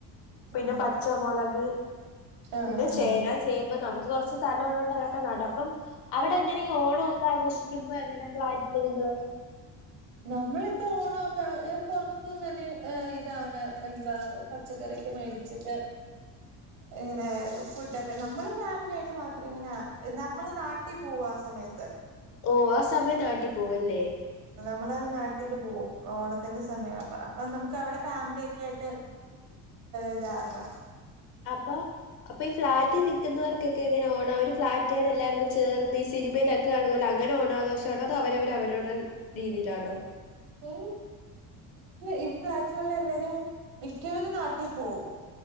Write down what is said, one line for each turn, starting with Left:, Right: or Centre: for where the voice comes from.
Left: പിന്നെ
Right: ഉം
Left: പച്ചമുളക്
Right: ആഹ്
Left: പിന്നെ
Right: ആഹ്
Left: ചേന ചേമ്പ് നമുക്ക് കുറച്ച് സ്ഥലം ഉള്ളോണ്ട് അങ്ങ ക്കെ നടാം അപ്പം അവിടെ എങ്ങനെ ഓണം ഒക്കെ ആഘോഷിക്കുമ്പോ എങ്ങനെയാ ഫ്ലാറ്റില് നിങ്ങള്
Right: നമ്മളിപ്പോ ഓണമൊക്കെ പുറത്തുന്ന് തന്നെ ഇതാണ് എന്താ പച്ചക്കറി ക്കെ മേടിച്ചിട്ട് ഇങ്ങനെ ഫുഡക്കെ നമ്മള് ഫാമിലി ആയിട്ട് മാത്രം ഇങ്ങനെ ആ നമ്മള് നാട്ട ട്ടി പോവാ ആ സമയത്ത്
Left: ഓഹ് ആ സമയം നാട്ടിൽ പോവല്ലേ
Right: നമ്മള് നാട്ടില് പോവും ഓണത്തിൻ്റെ സമയവ അപ്പോ അപ്പൊ നമുക്ക് അവിടെ ഫാമിലിയൊക്കെ ആയിട്ട് ഇതാവാം
Left: അപ്പൊ അപ്പൊ ഈ ഫ്ളാറ്റി നിക്കുന്നവർക്ക് ക്ക്ക്കെങ്ങന ഓണം അവര് ഫ്ലാറ്റുകാര് എല്ലാരുടെ ചേർന്ന് ഈ സിനിമയിലൊക്കെ കാണുന്ന പോലെ അങ്ങനെ ഓണഘോഷവാണോ അതോ അവരു അവര്- അവരുടെ രീതിയിലാണോ
Right: <unintelligible> ഈ ഫ്ലാറ്റിലുള്ള എല്ലാരും മിക്കവരും നാട്ടി പോവും